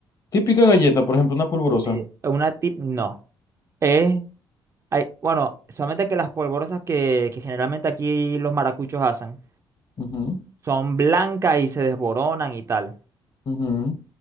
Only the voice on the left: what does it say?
Típica galleta, por ejemplo, una polvorosa.
Ujú,
ujú,